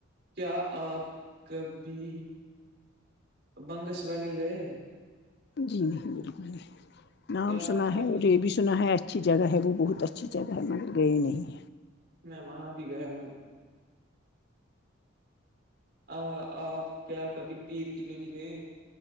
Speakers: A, on the right; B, on the left.
A: کیا آپ کبھی بنگس والالی گئے
B: جی ج بالکل ج نام
A: کیا آپ
B: سنا
A: کبھی
B: ہے اور رے بھی سنا ہے اچھی جگہ ہے وہ بہت اچھی جگہ ہے مگر گئی نہیں
A: میں وہاں بھی گیا ہوں آ آپ کیا کبھی پیر کی گلی گئے